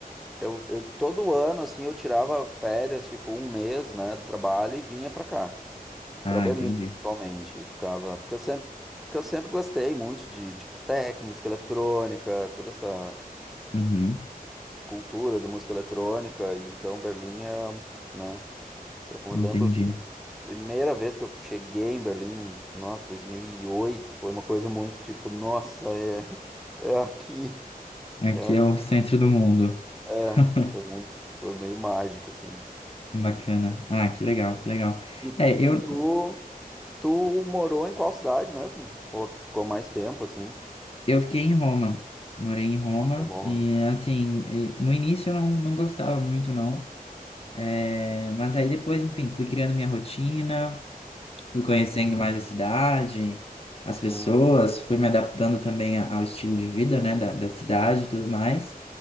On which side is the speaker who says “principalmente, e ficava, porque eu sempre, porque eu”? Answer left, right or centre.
Centre